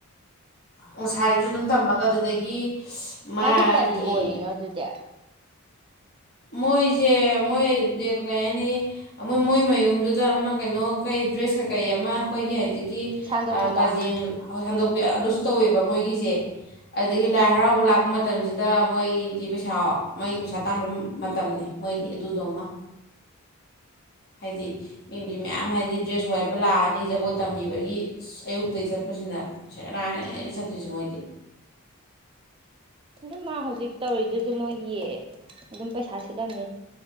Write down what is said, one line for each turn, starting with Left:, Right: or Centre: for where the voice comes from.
Left: ꯅꯨꯡꯁꯥꯒꯤꯗꯨꯁꯨ ꯑꯗꯨꯝ ꯇꯝꯃꯒ ꯑꯗꯨꯗꯒꯤ ꯃꯥꯒꯤ
Right: ꯃꯥꯗꯤ ꯀꯔꯤ ꯑꯣꯏꯔꯤꯅꯣ ꯑꯗꯨꯗꯤ
Left: ꯃꯣꯏꯁꯦ ꯃꯣꯏ ꯀꯩ ꯍꯥꯏꯅꯤ ꯃꯣꯏ ꯃꯣꯏ ꯃꯌꯨꯝꯗꯨꯗ ꯑꯃ ꯀꯩꯅꯣ ꯀꯩ ꯗ꯭ꯔꯦꯁ ꯀꯩꯀꯩ ꯑꯃ ꯑꯩꯈꯣꯏꯒꯤ ꯍꯥꯏꯖꯤꯛ ꯒꯤ
Right: ꯁꯥꯟꯗꯣꯛꯄꯤꯗꯣ
Left: ꯀꯖꯦꯡ ꯍꯟꯗꯣꯛ ꯑꯗꯨꯁꯨ ꯇꯧꯋꯦꯕ ꯃꯣꯏꯒꯤꯁꯦ ꯑꯗꯒꯤ
Right: ꯎꯝ
Left: ꯂꯥꯏ ꯍꯔꯥꯎꯕ ꯂꯥꯛꯄ ꯃꯇꯝ ꯃꯇꯝꯁꯤꯗ ꯃꯣꯏꯁꯤ ꯄꯩꯁꯥ ꯃꯣꯏꯒꯤ ꯄꯩꯁꯥ ꯇꯥꯟꯕ ꯃꯇꯝꯅꯤ ꯃꯣꯏꯒꯤ ꯑꯗꯨꯗꯣꯃ ꯍꯥꯏꯗꯤ ꯃꯤꯕꯤ ꯃꯌꯥꯝ ꯍꯥꯏꯗꯤ ꯗ꯭ꯔꯦꯁ ꯋꯥꯏꯕ ꯂꯥꯛꯑꯅꯤ ꯖꯒꯣꯏ ꯇꯝꯕꯤꯕꯒꯤ ꯑ ꯑꯌꯨꯛꯇꯒꯤ ꯆꯠꯄꯁꯤꯅ ꯁꯦꯅꯥꯔꯅ
Right: ꯎꯝ
Left: ꯆꯠꯇꯣꯏꯁꯦ ꯃꯣꯏꯗꯤ
Right: ꯑꯗꯨ ꯃꯥ ꯍꯧꯖꯤꯛ ꯇꯧꯔꯤꯗꯨꯁꯨ ꯃꯣꯏ ꯌꯦꯛꯑꯦ ꯑꯗꯨ ꯑꯗꯨꯝ ꯄꯩꯁꯥꯁꯤꯠ ꯂꯝꯅꯤ